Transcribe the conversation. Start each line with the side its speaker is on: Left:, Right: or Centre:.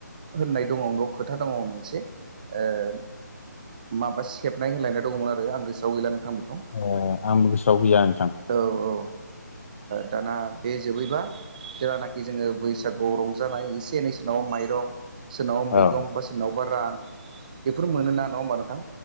Right: होननाय दङ न' खोथा दङ मोनसे ओ माबा सेबनाय होलायनाय दं आरो आं गोसोआव गैला नोंथां बेखौ।
Left: ए आंबो गोसोआव गैया नोंथां।
Right: औ औ ओ दाना बे जोबैबा जेलानाखि जोङो बैसागुआव रंजानाय एसे एनै सोनाव माइरं सोरनावबा मैगं
Left: औ
Right: बा सोरनावबा रां बेफोर मोनो ना नङा होमबा नोंथां?